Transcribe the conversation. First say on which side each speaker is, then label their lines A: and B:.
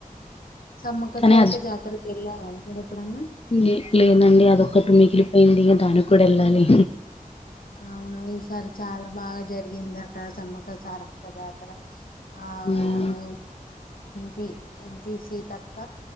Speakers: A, on the left; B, on the left.
A: సమ్మక్క
B: కానీ
A: సారక్క జాతరకి ఏళ్లారా మీరు ఎప్పుడన్నా
B: లే లేదండి అదొక్కటి మిగిలిపోయింది ఈగ దానికి కూడా ఏళ్ళాలి
A: అవునా ఈ సారి చాలా బాగా జరిగిందండి సమ్మక్క సారక్క జాతర ఆ
B: ఉమ్,
A: ఆమె పి ఎంపిసితక్క